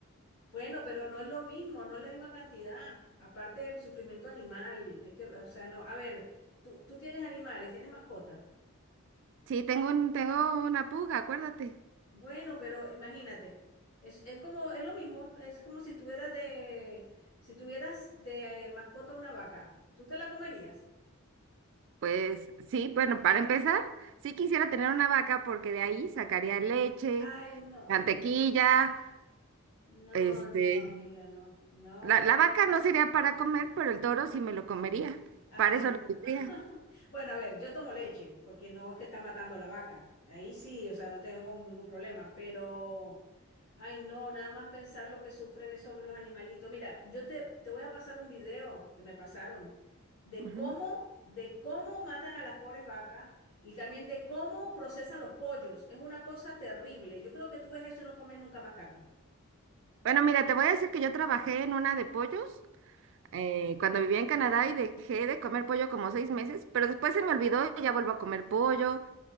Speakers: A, on the left; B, on the right.
A: Bueno, pero no es lo mismo, no es la misma cantidad. Aparte del sufrimiento animal. Hay que, o sea, no. A ver, tú, tú tienes animales, tienes mascotas.
B: Sí, tengo un, tengo una puga, acuérdate.
A: Bueno, pero imagínate. Es, es como, es lo mismo. Es como si tuvieras de, si tuvieras de mascota una vaca. ¿Tú te la comerías?
B: Pues sí, bueno, para empezar, sí quisiera tener una vaca porque de ahí sacaría leche,
A: Ay, no,
B: mantequilla,
A: no, no. No,
B: este...
A: no, amiga, no. No,
B: La, la
A: no.
B: vaca
A: no.
B: no sería para comer, pero el toro sí me lo comería.
A: Ay,
B: Para eso
A: no,
B: lo tendría.
A: no. <laughs> Bueno, a ver, yo tomo leche, porque no es que está matando la vaca. Ahí sí, o sea, no tengo ningún problema, pero... Ay, no, nada más pensar lo que sufren esos los animalitos. Mira, yo te, te voy a pasar un video que me pasaron de
B: Ujú.
A: cómo, de cómo matan a las pobres vacas y también de cómo procesan los pollos. Es una cosa terrible. Yo creo que tú ves eso y no comes nunca más carne.
B: Bueno, mira, te voy a decir que yo trabajé en una de pollos eh, cuando vivía en Canadá y dejé de comer pollo como seis meses, pero después se me olvidó y ya vuelvo a comer pollo,